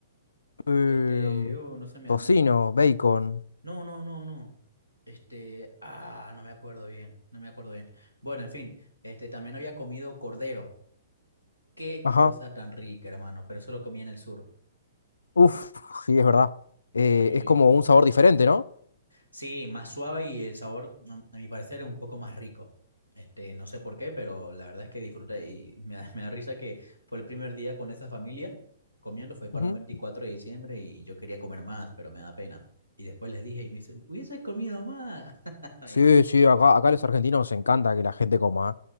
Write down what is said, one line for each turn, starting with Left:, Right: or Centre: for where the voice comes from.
Left: Em,
Right: Este, uh, no se me,
Left: tocino,
Right: ha- no.
Left: bacon.
Right: No, no, no, no. Este, ah, no me acuerdo bien, no me acuerdo bien. Bueno, en fin, este, también había comido cordero. Qué
Left: Ajá.
Right: cosa tan rica, hermano, pero eso lo comí en el sur.
Left: Uf, sí, es verdad. Eh,
Right: Sí.
Left: es como un sabor diferente, ¿no?
Right: Sí, más suave y el sabor, mm, a mi parecer, es un poco más rico. Este, no sé por qué, pero la verdad es que disfruté y me da, <laughs> me da risa que fue el primer día con esa familia comiendo, fue para
Left: Ujú.
Right: un 24 de diciembre y yo quería comer más, pero me da pena. Y después les dije y me dicen, hubiese comido más. <laughs> Me
Left: Sí,
Right: dicen,
Left: sí, acá, acá a los argentinos nos encanta que la gente coma. ¿eh?